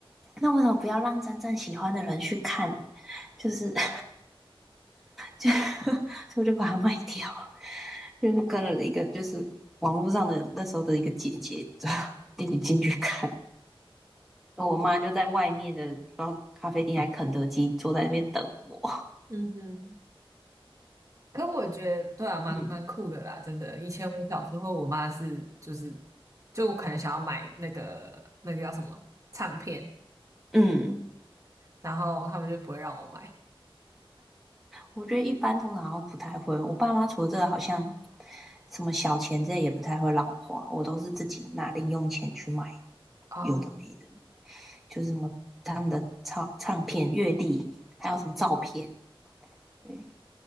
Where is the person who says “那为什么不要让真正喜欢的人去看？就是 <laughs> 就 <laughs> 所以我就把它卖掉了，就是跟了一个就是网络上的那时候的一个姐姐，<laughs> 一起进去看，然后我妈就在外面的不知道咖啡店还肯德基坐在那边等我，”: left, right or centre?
Centre